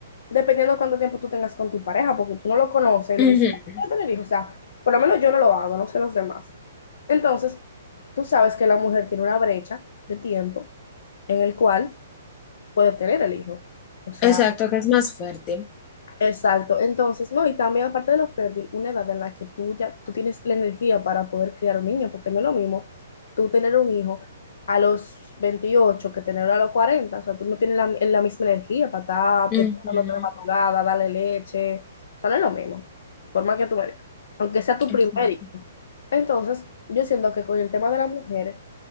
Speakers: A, on the left; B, on the left.
A: dependiendo de cuánto tiempo tú tengas con tu pareja, porque tú no lo conoces y
B: Ujú,
A: le dices, "Ah, voy a tener hijos. O sea, por lo menos yo no lo hago, no sé los demás. Entonces, tú sabes que la mujer tiene una brecha de tiempo en el cual puede tener el hijo. O sea,
B: Exacto, que es más fuerte.
A: Exacto. Entonces, no, y también aparte de lo fértil, una edad en la que tú ya tú tienes la energía para poder criar un niño, porque no es lo mismo tú tener un hijo a los 28 que tenerlo a los cuarenta o sea, tú no tienes la, la misma energía para estar
B: Ujú,
A: despertándote de madrugada, darle leche, o sea, no es lo mismo, por más que tú me digas, aunque sea tu
B: exacto.
A: primer hijo. Entonces, yo siento que con el tema de la mujer